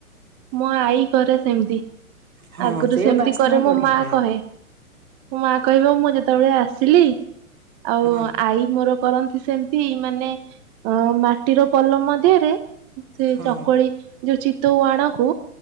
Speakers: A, on the right (about 25°); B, on the right (about 70°).
A: ମୋ ଆଈ କରେ ସେମିତି।
B: ହଁ
A: ଆଗରୁ
B: ସେ
A: ସେମିତି
B: ବାସ୍ନା
A: କରେ ମୋ
B: ବଢିଆ
A: ମା କହେ, ମୋ ମା କହିବ ମୁଁ, ଯେତେବେଳେ ଆସ ଥିଲି ଆଉ
B: ହଁ।
A: ଆଈ ମୋର କରନ୍ତି ସେମିତି ମାନେ, ଅଂ ମାଟିର ପଲମ ଦିହରେ ସେ
B: ହଁ
A: ଚକୁଳି ଯୋଉ ଚିତଉ ଆଣକୁ